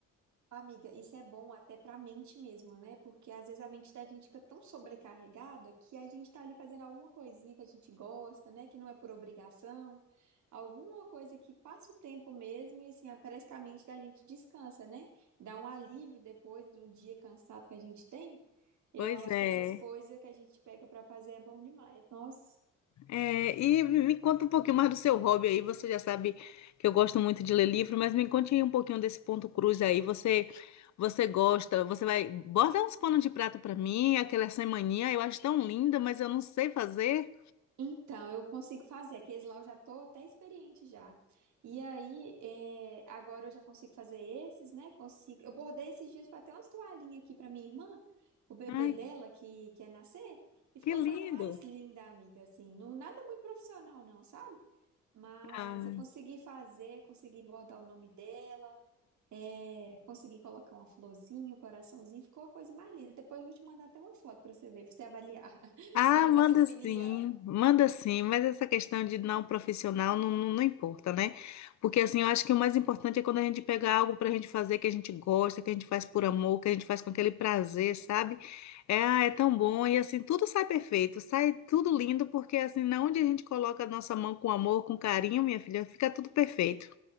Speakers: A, on the right (about 70°); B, on the left (about 65°).
A: Amiga, isso é bom até para a mente mesmo, né? Porque às vezes a mente da gente fica tão sobrecarregada que a gente tá ali fazendo alguma coisinha que a gente gosta, né? Que não é por obrigação, alguma coisa que passa o tempo mesmo e assim, ah, parece que a mente da gente descansa, né? Dá um alívio depois do dia cansado que a gente tem. Eu
B: Pois
A: acho
B: é.
A: que essas coisas que a gente pega para fazer é bom demais. Nossa.
B: É, e me conta um pouquinho mais do seu hobby aí. Você já sabe que eu gosto muito de ler livro, mas me conte aí um pouquinho desse ponto cruz aí. Você, você gosta? Você vai bota uns panos de prata pra mim, aquela semaninha eu acho tão linda, mas eu não sei fazer.
A: Então, eu consigo fazer. Aqueles lá eu já tô até experiente já. E aí, é, agora eu já consigo fazer esses, né? Consigo. Eu bordei esses dias, foi até umas toalhinhas aqui pra minha irmã, pro bebê
B: Ai,
A: dela que que ia nascer, e ficou
B: que lindo!
A: a coisa mais linda, amiga, assim. Não, nada muito profissional não, sabe? Mas
B: Ah.
A: eu consegui fazer, consegui bordar o nome dela, é, consegui colocar uma florzinha, um coraçãozinho, ficou a coisa mais linda. Depois eu vou te mandar até uma foto pra você ver, pra você avaliar. <laughs>
B: Ah,
A: Você me
B: manda
A: dá sua opinião.
B: sim, manda sim, mas essa questão de não profissional não, não, não importa, né? Porque assim, eu acho que o mais importante é quando a gente pega algo pra gente fazer que a gente gosta, que a gente faz por amor, que a gente faz com aquele prazer, sabe? É, ah, é tão bom e assim, tudo sai perfeito, sai tudo lindo, porque assim, na onde a gente coloca a nossa mão com amor, com carinho, minha filha, fica tudo perfeito.